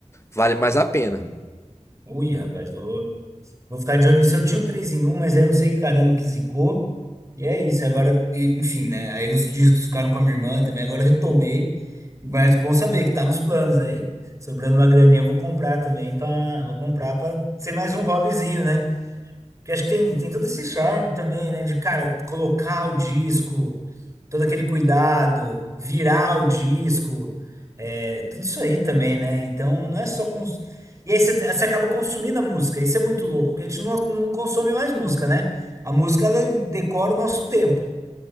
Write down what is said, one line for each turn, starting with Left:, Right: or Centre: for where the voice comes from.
Left: vale mais a pena.
Right: Uhum. Ui, rapaz, vou. Vou ficar de olho nisso. Eu tinha o 3 em um mas aí eu não sei que caramba que zicou. E é isso. Agora, e- enfim, né? Aí os discos ficaram com a minha irmã também. Agora eu retomei. Mas bom saber que tá nos planos aí. Sobrando uma graninha, eu vou comprar também. Pra, vou comprar pra ser mais um hobbyzinho, né? Porque acho que tem, tem todo esse charme também, né? De, cara, colocar o disco, todo aquele cuidado, virar o disco, é, tudo isso aí também, né? Então não é só. Cons... E aí você, você acaba consumindo a música, isso é muito louco, porque a gente não, não consome mais música, né? A música, ela decora o nosso tempo.